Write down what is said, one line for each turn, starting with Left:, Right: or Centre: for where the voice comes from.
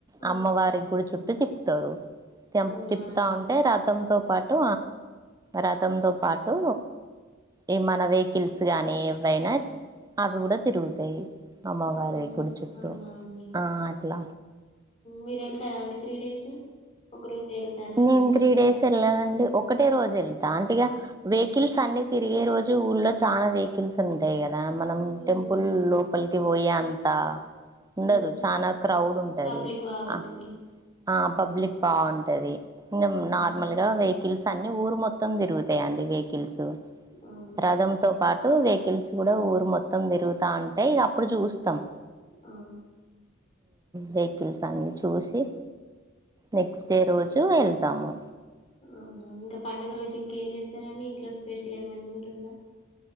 Left: ఆ
Right: అమ్మవారి గుడి చుట్టూ తిప్ప తరు తెం
Left: అవునా
Right: తిప్పుతా
Left: అండి
Right: ఉంటే రతంతో పాటు రా తనతో పాటు ఈ మన వెహికల్స్ గానీ ఏవైనా అవి కూడా తిరుగుతాయి అమ్మవారి
Left: అవునా
Right: గుడి చుట్టూ
Left: అవునా అండి
Right: ఆ అట్లా
Left: మీరు వెళ్తారా అండి త్రీ డేస్ ఒక రోజు వెళ్తారా అక్కడికి
Right: నేను త్రీ
Left: జాతర
Right: డేస్ వెళ్ళానండి ఒక ఒకటే రోజు వె దా అంటగా
Left: హ్మ్
Right: వెకిల్ససన్ని తి తిరిగే రోజు ఊళ్లో చాలా వెహికల్స్ ఉంటాయి కదా ద మనం
Left: హ్మ్
Right: టెంపుల్ లోపలికి పోయి అంత ఉండదు
Left: ఊహు
Right: చనాా క్రౌడ్ ఉంటది
Left: పబ్లిక్ బాగుంటది
Right: ఆ ఆ పబ్లిక్ బాగుంటది ఇంకా
Left: అవునా
Right: నార్మల్ గా వెహికిల్స్ అన్నీ ఊరు మొత్తం తిరుగుతాయి అడి వెహికకిల్స్
Left: అవునా
Right: రథంంతో
Left: అండి
Right: పాటు వక్ కెల్సు కూడా ఊరు మొత్తం తిరుగుతా అంటే ఇక అప్పుడు చూస్తాం
Left: ఆ
Right: వెహికల్స్ అన్ని చూసి నెక్స్ట్ డే రోజు వెళ్తాము
Left: అవునా ఇంకా పండుగ రోజు ఇంకేం చేస్తారని ఇంకా ప్ల స్పెషల్ ఏమంటందా